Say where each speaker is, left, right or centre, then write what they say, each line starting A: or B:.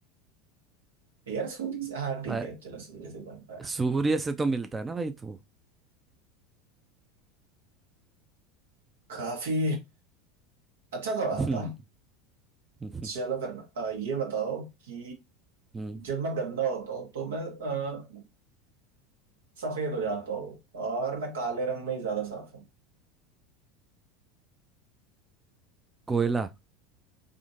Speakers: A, on the right (about 75°); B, on the right (about 15°).
A: यार सूरी से हाँ ठीक
B: पर
A: है चलो सूरी से बनता है
B: सूर्य से तो मिलता है ना भाई तो
A: काफी अच्छा सवाल
B: हम्म
A: था
B: हम्म,
A: चलो फिर अह, ये बताओ कि
B: हम्म,
A: जब मैं गंदा होता हूँ तो मैं अह, सफेद हो जाता हूँ और मैं काले रंग में ही ज्यादा साफ हूँ
B: <laughs> कोयला